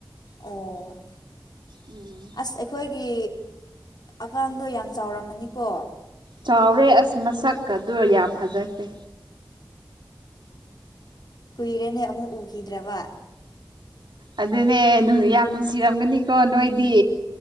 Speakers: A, on the left; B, on the right.
A: ꯑꯣ
B: ꯎꯝ
A: ꯑꯁ ꯑꯩꯈꯣꯏꯒꯤ ꯑꯉꯥꯡꯗꯣ ꯌꯥꯝ ꯆꯥꯎꯔꯝꯃꯅꯤꯀꯣ
B: ꯆꯥꯎꯔꯦ ꯑꯁ ꯃꯁꯛ ꯑꯗꯨ ꯌꯥꯝ ꯐꯖꯈ꯭ꯔꯦ
A: ꯀꯨꯏꯔꯦꯅꯦ ꯑꯃꯨꯛ ꯎꯈꯤꯗ꯭ꯔꯕ
B: ꯑꯗꯨꯅꯦ ꯌꯥꯝ ꯅꯨꯡꯁꯤꯔꯝꯒꯅꯤꯀꯣ ꯅꯣꯏꯗꯤ